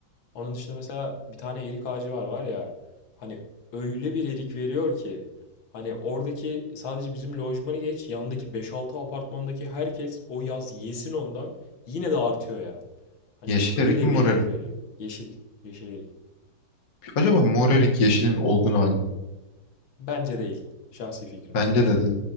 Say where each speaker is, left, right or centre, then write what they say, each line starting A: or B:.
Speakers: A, on the left; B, on the left.
A: Onun dışında mesela bir tane erik ağacı var var ya. Hani öyle bir erik veriyor ki. Hani oradaki sadece bizim lojmanı geç yandaki beş altı apartmandaki herkes o yaz yesin ondan yine de artıyor ya. Hani
B: Yeşil
A: öyle
B: erik mi
A: bir
B: mor
A: erik
B: erik?
A: veriyor. Yeşil, yeşil erik.
B: Acaba mor erik yeşilin olgun hali mi?
A: Bence değil. Şahsi fikrim.
B: Bence de değil.